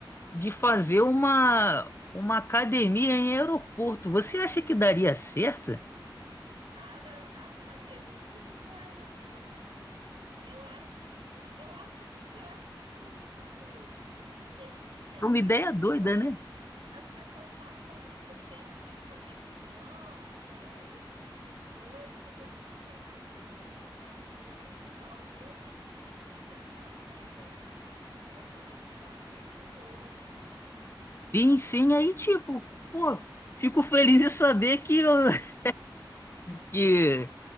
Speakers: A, on the left; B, on the right.
A: de fazer uma, uma academia em aeroporto. Você acha que daria certo? É
B: Cara, academia no aeroporto. Eu acho, eu acho que pior que sim, tipo, se a gente pensar,
A: uma ideia
B: as pessoas,
A: doida, né?
B: as pessoas passam muito tempo em conexão, né? Esse tipo de coisa, e aí você não tem nada pra fazer no aeroporto. Talvez se a gente pensasse na ideia de, de academia lá, seria uma boa.
A: Sim, sim, aí tipo, pô, fico feliz em saber que eu, <laughs> que